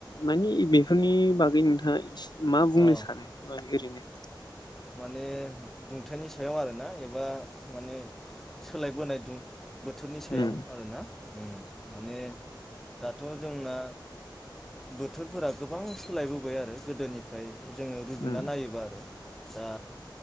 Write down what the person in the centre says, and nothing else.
अ
माने दुंथाइनि सायाव आरोना एबा माने सोलायबोनाय दुं बोथोरनि सायाव
आरोना उम। माने दाथ' जोंना बोथोरफोरा गोबां सोलायबोबाय आरो गोदोनिफ्राय। जोङो रुजुना
नायोबा आरो दा